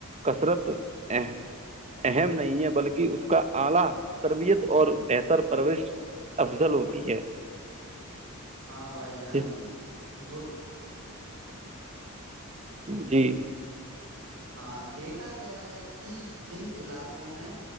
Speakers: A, on the right (about 30°); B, on the right (about 70°).
A: کثرت اہم نہیں ہے بلکہ اس کا اعلی تربیت اور بہتر پرورش افضل ہوتی ہے
B: ہاں بھائی جان
A: جس
B: گوڈ
A: جی
B: ہاں دیکھا گیا ہے کہ جن علاقوں میں